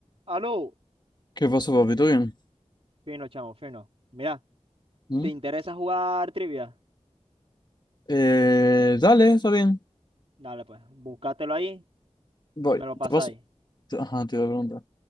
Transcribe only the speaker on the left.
¿Qué pasó, papi? ¿Todo bien?
¿Mm?
Eh, dale, está bien.
Voy.
Te paso. te- Ajá, te iba a preguntar.